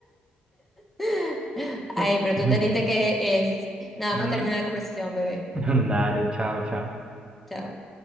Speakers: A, in the centre; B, on the right (about 25°).
A: <laughs> Ay,
B: <laughs>
A: pero tú entendiste que es nada
B: Mm,
A: más terminar la conversación, bebé.
B: <laughs> Dale, chao, chao.
A: Chao.